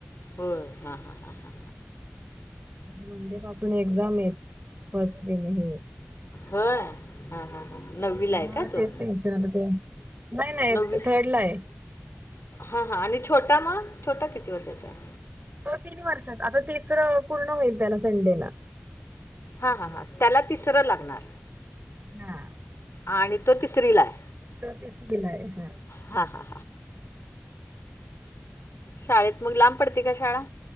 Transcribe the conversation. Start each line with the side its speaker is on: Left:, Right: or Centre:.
Left: होय हा हा हा हा.
Right: मंडे पासून एक्झाम येत फस्ट हे.
Left: होय हा ह ह नवी ला आहे
Right: हा
Left: का तो
Right: तेच टेन्शन आता ते नाही
Left: नववी.
Right: थर्ड नाही.
Left: हा हा आणि छोटा मग छोटा किती वर्षाचा आहे.
Right: तीन वर्षात आता त तीन पूर्ण होईल त्याला संडेला.
Left: हा हा हां त्याला तिसरं लागणार.
Right: हा.
Left: आणि तो तिसरी ला आहे.
Right: <unintelligible>
Left: हा हा शाळेत मग लांब पडते का शाळा.